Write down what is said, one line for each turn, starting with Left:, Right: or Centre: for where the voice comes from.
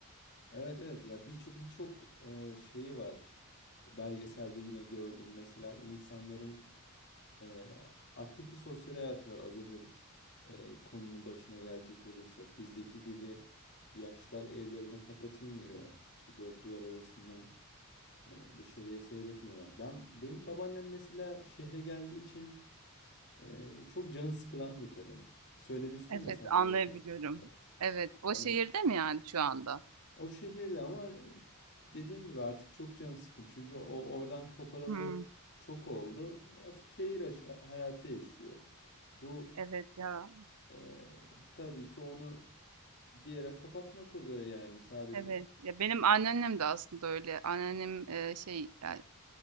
Left: Evet evet ya birçok birçok e, şeyi var. Belgeselde yine gördüm mesela insanların e, aktif bir sosyal hayatı var. Az önce e, konunun başına gelecek olursak bizdeki gibi yaşlılar evlerine kapatılmıyor. İşte dört duvar arasından e, dışarıya seyretmiyorlar. Ben benim babaannem mesela şehre geldiği için Ee, çok canı sıkılan bir kadın. Söylemiştim
Right: Evet,
Left: ya sana
Right: anlayabiliyorum.
Left: geçen gün de.
Right: Evet, o
Left: Hani
Right: şehirde mi yani şu anda?
Left: o şehirde ama dediğim gibi artık çok canı sıkın. Çünkü o oradan koparalı
Right: Hmm.
Left: çok oldu. Artık şehir aş- hayatı yaşıyor. Bu
Right: Evet ya,
Left: e, tabii ki onu bir yere kapatmak oluyor yani sadece.
Right: evet. Ya benim anneannem de aslında öyle. Anneannem, eee, şey, yani